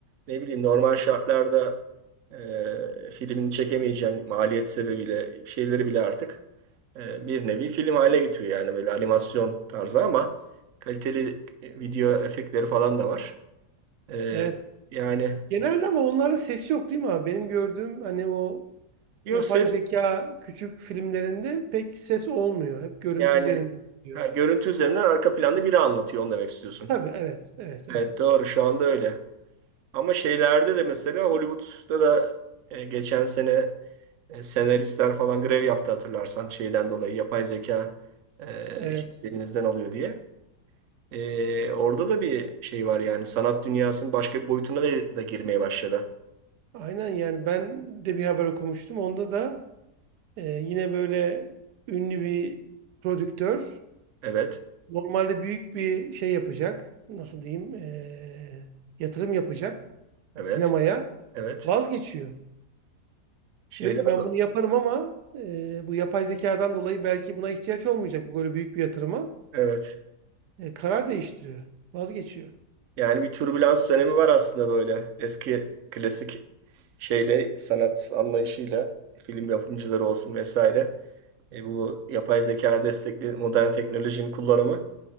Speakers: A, on the right (about 60°); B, on the right (about 80°).
A: Ne bileyim normal şartlarda e, filmini çekemeyeceğin maliyet sebebiyle şeyleri bile artık e, bir nevi film haline getiriyor yani böyle animasyon tarzı ama kaliteli e, video efektleri falan da var. E,
B: Evet.
A: yani
B: Genelde ama onlarda ses yok değil mi abi? Benim gördüğüm hani o
A: yo
B: yapay
A: ses
B: zeka küçük filmlerinde pek ses olmuyor. Hep görüntü
A: yani
B: üzerinde gidiyor.
A: ha, görüntü üzerinden arka planda biri anlatıyor onu demek istiyorsun.
B: Tabii evet. Evet. Evet.
A: Evet doğru şu anda öyle. Ama şeylerde de mesela Hollywood'da da e, geçen sene e, senaristler falan grev yaptı hatırlarsan şeyden dolayı yapay zeka e,
B: Evet.
A: işimizi elimizden alıyor diye. E, orada da bir şey var yani sanat dünyasının başka bir boyutuna da, da girmeye başladı.
B: Aynen yani ben de bir haber okumuştum. Onda da e, yine böyle ünlü bir prodüktör
A: Evet,
B: Normalde büyük bir şey yapacak. Nasıl diyeyim? eee, yatırım yapacak
A: evet,
B: sinemaya.
A: evet.
B: Vazgeçiyor.
A: Şeyden
B: Diyor ki ben
A: dolayı.
B: bunu yaparım ama eee, bu yapay zekadan dolayı belki buna ihtiyaç olmayacak bu böyle büyük bir yatırıma.
A: Evet.
B: E, karar değiştiriyor. Vazgeçiyor.
A: Yani bir türbülans dönemi var aslında böyle eski klasik şeyle sanat anlayışıyla film yapımcıları olsun vesaire. E, bu yapay zeka destekli modern teknolojinin kullanımı